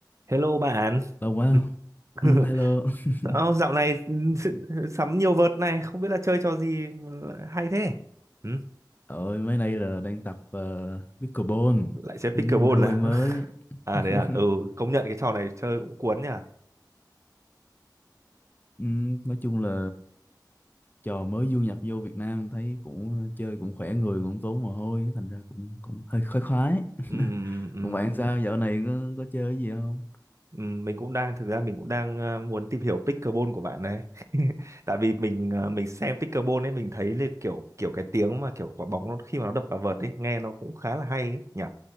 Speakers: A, on the right; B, on the left.
A: Hello bạn.
B: Lâu quá.
A: <laughs>
B: Ừ, hello. <laughs>
A: Ô, dạo này sự- sắm nhiều vợt này, không biết là chơi trò gì mà lại hay thế. Ừ,
B: Ôi, mấy nay là đang tập uh, pickleball.
A: lại chơi
B: Ừ,
A: pickleball
B: thói quen
A: à? <laughs>
B: mới.
A: À
B: <laughs>
A: đấy à, ừ, công nhận cái trò này chơi cũng cuốn nhỉ.
B: Ừ, nói chung là trò mới du nhập vô Việt Nam thấy cũng ờ, chơi cũng khỏe người cũng tốn mồ hôi thành ra cũng cũng hơi khoái khoái. <laughs>
A: Ừ, ừ, ừ,
B: Còn bạn sao dạo này có có chơi cái gì không?
A: ừ, mình cũng đang thực ra mình cũng đang ờ, muốn tìm hiểu pickleball của bạn này. <laughs> Tại vì mình ờ, mình xem pickleball ấy mình thấy là kiểu kiểu cái tiếng mà kiểu quả bóng nó khi mà nó đập vào vợt ấy, nghe nó cũng khá là hay ấy nhỉ.